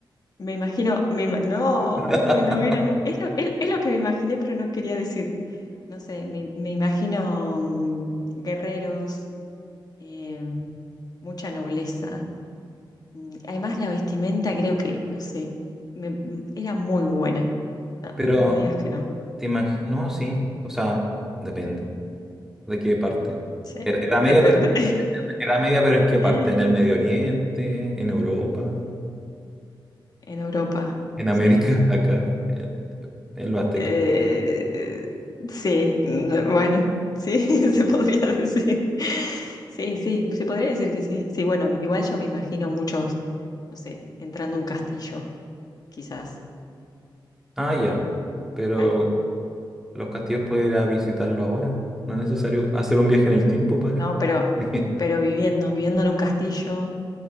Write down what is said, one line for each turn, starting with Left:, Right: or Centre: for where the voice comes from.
Left: Me imagino, me ima- no,
Centre: <laughs>
Left: no, en la hoguera no. Es lo, es, es lo que me imaginé, pero no quería decir. No sé, me, me imagino mm, guerreros, eh, mucha nobleza. Mm, Además, la vestimenta creo que, no sé, me- mm, era muy buena. No,
Centre: Pero,
Left: no digas que no.
Centre: te imagino, no, sí, o sea, depende de qué parte.
Left: Sí,
Centre: Ed- Edad media,
Left: depende.
Centre: pero, edad media, pero ¿en qué
Left: <laughs>
Centre: parte? ¿En el Medio Oriente? ¿En Europa?
Left: En Europa,
Centre: ¿En América?
Left: sí.
Centre: <laughs> ¿Acá? ¿En, en los aztecas?
Left: Eh, eh, sí, n- bueno, sí, <laughs> se podría decir. Sí, sí, se podría decir que sí. Sí, bueno, igual yo me imagino muchos, no sé, entrando a un castillo, quizás.
Centre: Ah,
Left: eh,
Centre: ya. Pero
Left: al,
Centre: los castillos puedes ir a visitarlo ahora. No es necesario hacer un viaje en el tiempo para...
Left: no, pero,
Centre: <laughs>
Left: pero viviendo, viviendo en un castillo.